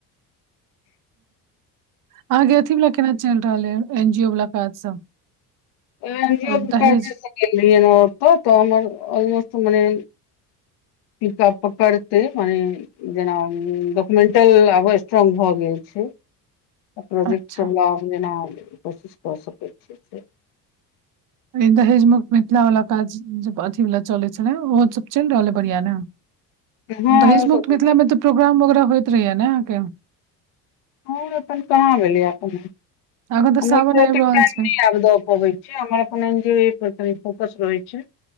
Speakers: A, on the right (about 40°); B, on the left (about 50°).
A: अहाँ के अथी वला केना चलि रहल य एन जी ओ वला काज सब
B: एन जी
A: और
B: ओ के
A: दहेज
B: काजे स गेल रहियै ओत तऽ हमर ऑलोस्ट मने पिकप पकरतै मने जेना डॉक्युमेंटल आब स्ट्रोंग भऽ गेल छै प्रोजेक्ट
A: अच्छा
B: सब लाभ जेना कोशिश कऽ सकैत छै जे
A: दहेजमेख मिथिला वालला काज ज अथी वालला चलै छलै ओहो सब चलि रहल है बढ़िया ने
B: हँ
A: दहेज
B: ओ सब
A: मुक्त मिथिला मे तऽ प्रोग्राम वगेरा होयइत रहहिया ने अहाँके
B: हं अखन कहाँ भेलैया कोनो
A: अखन तऽ
B: <unintelligible>
A: सावन आबि
B: टाम
A: रहल छै
B: नहि आब दऽ पबै छी छियै हमर अपन एन जी ओ ऐ पर फोकस रहै छै